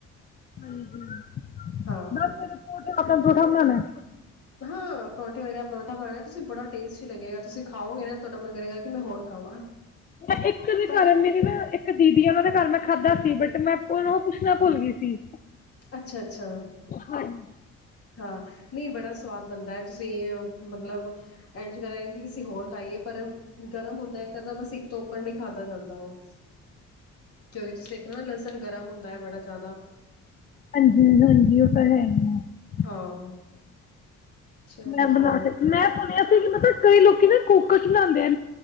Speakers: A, on the left; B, on the left.
A: ਹਾਂਜੀ।
B: ਹਾਂ।
A: ਬਸ ਫਿਰ ਪਰੌਂਠੇ ਆਕਣ ਪਰੌਠਾ ਬਣਾਣੈ?
B: ਹਾਂ ਪਰੌਂਠੇ ਵਰਗਾ ਪਰੌਂਠਾ ਬਣਾਉਣਾ, ਤੁਸੀਂ। ਬੜਾ ਟੇਸਟੀ ਲੱਗੇਗਾ। ਤੁਸੀਂ ਖਾਓਗੇ ਨਾ, ਤੁਹਾਡਾ ਮਨ ਕਰੇਗਾ ਕਿ ਮੈਂ ਹੋਰ ਖਾਵਾਂ।
A: ਮੈਂ ਇੱਕ ਵੀ
B: ਪਰ
A: ਕਾਰਨ ਮੇਰੀ ਨਾ ਇਕ ਇੱਕ ਦੀਦੀ ਹੋਰਾਂ ਦੇ ਘਰ ਮੈਂ ਖਾਧਾ ਸੀ, ਬਟ ਮੈਂ ਉਹ ਪੁੱਛਣਾ ਭੁੱਲ ਗਈ ਸੀ।
B: ਅੱਛਾ, ਅੱਛਾ।
A: ਹਾਂਜੀ‌।
B: ਹਾਂ, ਨਹੀਂ ਬੜਾ ਸਵਾਦ ਬਣਦਾ ਹੈ। ਤੁਸੀਂ, ਮਤਲਬ ਇੰਝ ਕਰੇਗਾ ਕਿ ਅਸੀ ਹੋਰ ਖਾਈਏ ਪਰ ਗਰਮ ਹੁੰਦਾ ਇੱਕ ਤਰਾਰ ਦਾ। ਬਸ ਇੱਕ ਤੋਂ ਉੱਪਰ ਨਹੀਂ ਖਾਧਾ ਜਾਂਦਾ, ਉਹ। ਕਿਉਂਕਿ ਤੁਸੀਂ ਦੇਖੋ ਨਾ ਲਸਣ ਗਰਮ ਹੁੰਦਾ ਹੈ, ਬੜਾ ਜ਼ਿਆਦਾ।
A: ਹਾਂਜੀ, ਹਾਂਜੀ। ਉਹ ਤਾਂ ਹੈ ਹੀ।
B: ਹਾਂ ਚਲੋ
A: ਮੈਂ ਬਣਾ
B: ਹੋਰ
A: ਕੇ ਮੈਂ ਸੁਣਿਆ ਸੀ ਕਿ ਮਤਲਬ ਕਈ ਲੋਕੀ ਨਾ ਕੁਕਰ ਚ ਬਣਾਉਂਦੇ ਆ